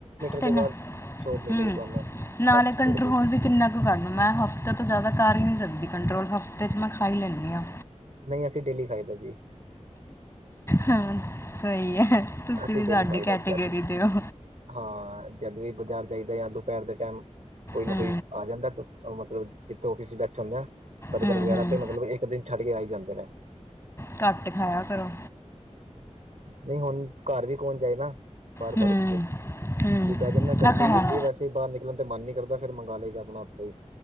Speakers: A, on the left (about 20°); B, on the right (about 75°).
A: ਤੈਨ
B: ਦੇ ਬਾਅਦ
A: ਹੁੰ
B: ਸ਼ੋਪ ਮਿਲੇਗੀ ਤੁਹਾਨੂੰ
A: ਨਾਲੇ
B: ਫਾਸਟ
A: ਕੰਟਰੋਲ
B: ਫੂਡ ਦੀ
A: ਵੀ ਕਿੰਨਾ ਕੁ ਕਰਨਾ ਮੈਂ ਹਫ਼ਤੇ ਤੋਂ ਜ਼ਿਆਦਾ ਕਰ ਹੀ ਨਹੀਂ ਸਕਦੀ ਕੰਟਰੋਲ, ਹਫ਼ਤੇ ਚ ਮੈਂ ਖਾਈ ਲੈਂਦੀ ਹਾਂ।
B: ਨਹੀਂ ਅਸੀਂ ਡੇਲੀ ਖਾਈਦਾ ਜੀ।
A: ਹਾਂ, ਸਹੀ ਐ, ਤੁਸੀਂ
B: ਅਸੀਂ
A: ਵੀ
B: ਡੇਲੀ
A: ਸਾਡੀ
B: ਖਾਈਦਾ
A: ਕੈਟੇਗਰੀ
B: ਜਦ
A: ਦੇ ਹੋ।
B: ਹਾਂ, ਜਦ ਵੀ ਬਾਜ਼ਾਰ ਜਾਈਦਾ ਜਾਂ ਦੁਪਹਿਰ ਦੇ ਟਾਈਮ ਕੋਈ ਨਾ
A: ਹੂੰ
B: ਕੋਈ ਆ ਜਾਂਦਾ ਮਤਲਬ ਜਿੱਥੋਂ ਆਫ਼ਿਸ ਚ ਬੈਠੇ ਹੁੰਦੇ ਆਂ। ਬਰਗਰ
A: ਹੂੰ
B: ਵਗੈਰਾ
A: ਹੂੰ
B: ਤੇ ਮਤਲਬ ਇੱਕ ਦਿਨ ਛੱਡ ਕੇ ਆਈ ਜਾਂਦੇ ਨੇ।
A: ਕੱਟ ਖਾਇਆ ਕਰੋ।
B: ਨਹੀਂ ਹੁਣ, ਕਾਰ ਵੀ ਕੌਣ ਜਾਏ ਨਾ ਬਾਰ
A: ਹੂੰ
B: ਬਾਰ ਉੱਠ ਕੇ,
A: ਹੂੰ
B: ਜ ਬਹਿ ਜਿੰਨਾ ਗਰਮੀ
A: ਆ ਤਾਂ ਹੈ
B: ਹੁੰਦੀ ਵੈਸ ਤੇ ਬਾਹਰ ਨਿਕਲਣ ਤੇ ਮਨ ਨਹੀਂ ਕਰਦਾ, ਫੇਰ ਮੰਗਵਾ ਲਈਦਾ ਆਪਣਾ ਉੱਥੇ ਹੀ